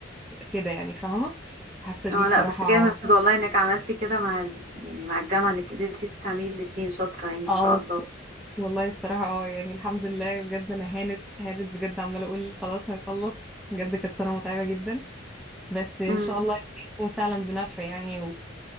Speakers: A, in the centre; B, on the right (about 40°).
A: كده يعني فاهمة حاسة دي
B: اه
A: الصراحة
B: لا بس جامد والله انك عملتي كده مع ال... يعني مع الجامعة انك قدرتي تعملي الاتنين شاطرة يعني ما
A: اه
B: شاء
A: الص-
B: الله
A: والله الصراحة اه يعني الحمد لله بجد انا هانت هانت بجد عمالة اقول خلاص هيخلص بجد كانت سنة متعبة جدا بس ان
B: امم
A: شاء الله يعني يكون فعلا بنفع يعني